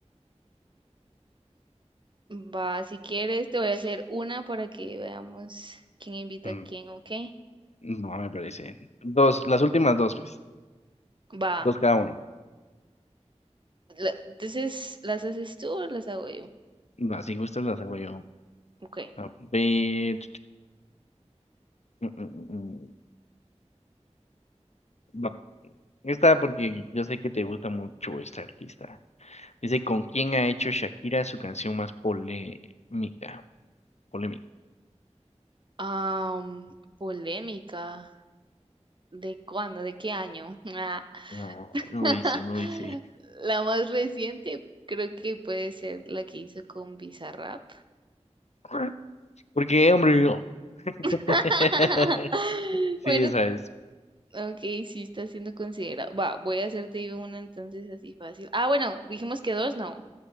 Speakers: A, on the right (about 45°); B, on the left (about 70°).
A: Va, si quieres te voy a hacer una para que veamos quién invita
B: Mm,
A: a quién, ¿ok?
B: No me parece. Dos, las últimas dos, pues.
A: Va,
B: Dos cada uno.
A: la- entonces, ¿las haces tú o las hago yo?
B: Va, si gustas las hago yo.
A: Ok.
B: A ver. mm, mm, mm, mm. Va. Esta porque yo sé que te gusta mucho esta artista. Dice, ¿con quién ha hecho Shakira su canción más polémica? Polémica.
A: Am, polémica. ¿De cuándo? ¿De qué año? Ah.
B: Ah, no
A: <laughs>
B: dice, no dice.
A: La más reciente creo que puede ser la que hizo con Bizarrap.
B: <clears throat> Porque, hombre, yo.
A: <laughs>
B: <laughs> Sí,
A: Bueno,
B: esa es.
A: ok, sí está siendo considerado. Va, voy a hacerte yo una entonces así fácil. Ah, bueno, dijimos que dos, no.